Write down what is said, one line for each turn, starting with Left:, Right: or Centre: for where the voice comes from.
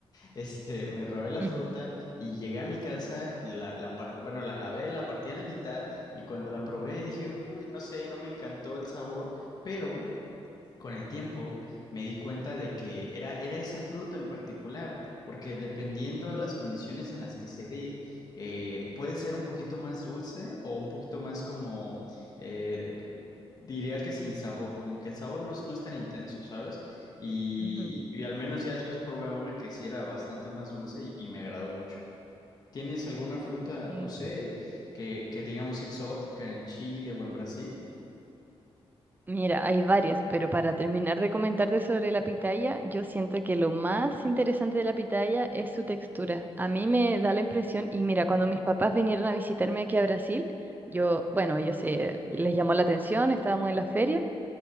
Left: Este, me robé la
Right: Ujú.
Left: fruta y llegué a mi casa, la, la par- bueno, la lavé, la partí a la mitad y cuando la probé dije, uy, no sé, no me encantó el sabor, pero con el tiempo me di cuenta de que era, era esa fruta en particular, porque dependiendo las condiciones en las que se dé, eh, puede ser un poquito más dulce o un poquito más como, eh, c- diría que sin sabor, como que el sabor no, es no es tan intenso, ¿sabes? Y,
Right: Ujú,
Left: y al menos ya después probé una que sí era bastante más dulce y, y me agradó mucho. ¿Tienes alguna fruta,
Right: sí.
Left: no sé, que, que digamos exótica en Chile o en Brasil?
Right: Mira, hay varias, pero para terminar de comentarte sobre la pitaya, yo siento que lo más interesante de la pitaya es su textura. A mí me da la impresión, y mira, cuando mis papás vinieron a visitarme aquí a Brasil, yo, bueno, ellos se les llamó la atención, estábamos en la feria.